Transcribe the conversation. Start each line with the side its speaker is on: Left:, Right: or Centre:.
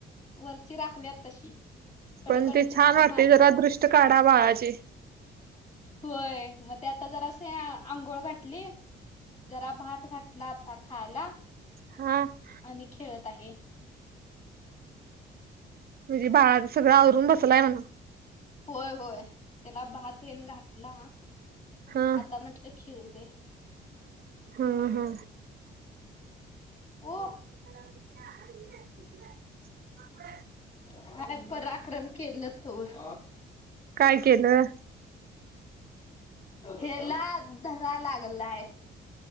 Left: वरची राखल्यात तशी. कडकडची
Right: पण ते छान
Left: तेवढी
Right: वाटते
Left: मारल्यात
Right: जरा दृष्ट काढा बाळाचे
Left: होय मग ते आता जरा असं आंघोळ घातली जरा भात घातला आता खायला
Right: हम
Left: आणि खेळत आहे
Right: म्हणजे बाळाच सगळं आवरून बसलाय म्हणा
Left: होय होय त्याला भात येन घातला
Right: हा
Left: आता म्हटलं खिळ दे
Right: हा हा
Left: ओ
Right: <inaudible> <inaudible>
Left: काय पराक्रम केलं तोवर.
Right: काय केलं
Left: हेला धर लागय